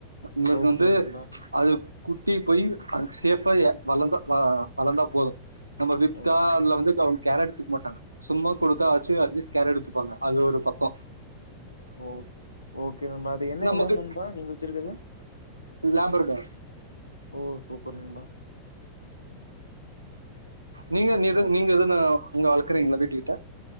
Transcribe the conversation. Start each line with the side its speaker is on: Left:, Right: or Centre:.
Right: உங்களுக்கு
Left: ஓகே
Right: வந்து
Left: நண்பா.
Right: அது குட்டி பொய்ர் அ சேஃப்பா வளர்ந்தா வ வளர்ந்தா போது நம்ம வி்த்தா
Left: ஓ
Right: அதுல வந்து க கேரட் து மொடாங்க சும்மா கொடுத்தா அச்சு அட்லீஸ்கேர் எடுத்துபாங்க அது ஒரு பக்கோ
Left: ஓ ஓகே நண்பா அது என்ன
Right: நமக்கு
Left: என்ன ஏணா நீங்க வச்சிருக்கது
Right: லேப்ரடார்.
Left: ஓ சூப்பர் நண்பா
Right: நீங்க நீது
Left: ஓ
Right: நீங்க எதுன அங்க வள்க்றீங்களா வீட்டுக்கிட்ட